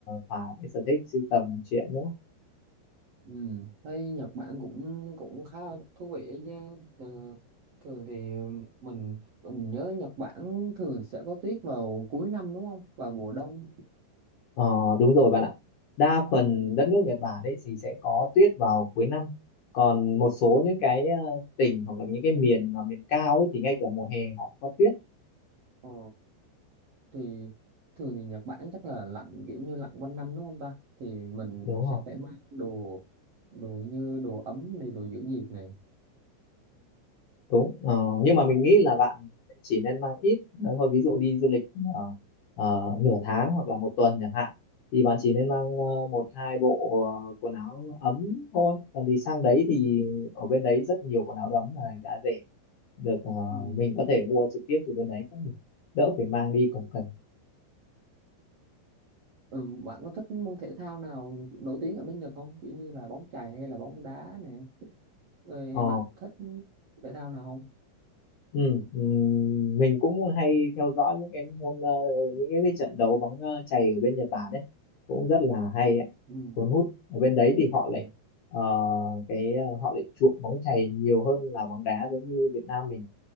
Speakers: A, on the left; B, on the right.
A: thỏa cái sở thích sưu tầm truyện nữa
B: ừ. thấy Nhật Bản cũng cũng khá là thú vị ấy chứ Ờ, thường thì mình mình nhớ Nhật Bản thường sẽ có tuyết vào cuối năm đúng không vào mùa đông
A: Ờ, đúng rồi bạn ạ đa
B: ừ.
A: phần đất nước Nhật Bản ấy thì sẽ có tuyết vào cuối năm còn một số những cái ờ, tỉnh hoặc là những cái miền mà miền cao ấy thì ngay cả mùa hè họ cũng có tuyết
B: ờ, thì thường thì Nhật Bản chắc là lạnh kiểu như lạnh quanh năm đúng không ta thì mình
A: đúng
B: sẽ
A: không
B: phải mang đồ đồ như đồ ấm này đồ giữ nhiệt này
A: đúng ờ, nhưng mà mình nghĩ là bạn chỉ nên mang ít ờ, thôi ví dụ đi du lịch ờ, ờ, nửa tháng hoặc là một tuần chẳng hạn thì bạn chỉ nên mang ờ, một hai bộ ờ, quần áo ấm thôi còn thì sang đấy thì ở bên đấy rất nhiều quần áo ấm này đã rẻ được ờ,
B: ừ.
A: mình có thể mua trực tiếp từ bên đấy cũng được đỡ phải mang đi cồng kềnh
B: Ừ, bạn có thích môn thể thao nào nổi tiếng ở bên Nhật không? Kiểu như là bóng chày hay là bóng đá nè. Rồi
A: Ờ,
B: bạn thích thể thao nào không?
A: Ừ, ừ, mình cũng hay theo dõi những cái môn ờ, những cái, cái trận đấu bóng ờ, chày ở bên Nhật Bản đấy cũng rất là hay ạ.
B: Ừ,
A: cuốn hút ở bên đấy thì họ
B: Ừ.
A: lại ờ, cái ờ, họ lại chuộng bóng chày nhiều hơn là bóng đá giống như Việt Nam mình